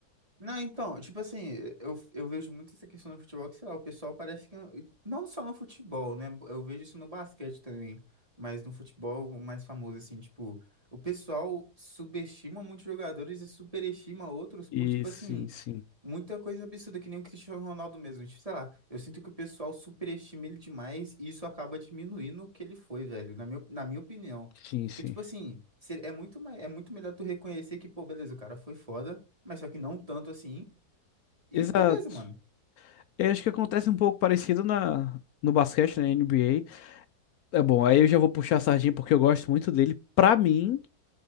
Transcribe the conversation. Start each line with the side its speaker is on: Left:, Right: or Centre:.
Right: Não, então, tipo assim, eu, eu vejo muito essa questão no futebol, que sei lá, o pessoal parece que. Não só no futebol, né? Eu vejo isso no basquete também, mas no futebol o mais famoso, assim, tipo, o pessoal subestima muitos jogadores e superestima outros
Left: E
Right: por, tipo
Left: sim,
Right: assim,
Left: sim.
Right: muita coisa absurda, que nem o Cristiano Ronaldo mesmo. Tipo, sei lá, eu sinto que o pessoal superestima ele demais e isso acaba diminuindo o que ele foi, velho, na minha, na minha opinião.
Left: Sim, sim.
Right: Porque, tipo assim, se- é muito, mai- é muito melhor tu reconhecer que, pô, beleza, o cara foi foda mas só que não tanto assim. E
Left: Exato.
Right: beleza, mano.
Left: Eu acho que acontece um pouco parecido na no basquete, na NBA. É bom, aí eu já vou puxar a sardinha porque eu gosto muito dele. Pra mim,